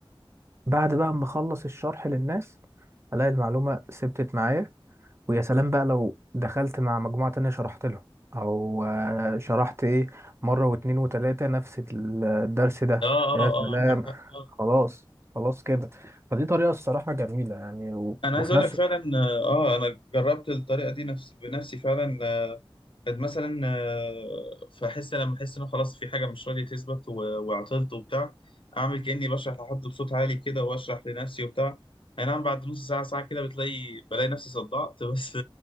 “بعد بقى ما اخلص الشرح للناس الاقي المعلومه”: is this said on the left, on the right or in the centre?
Right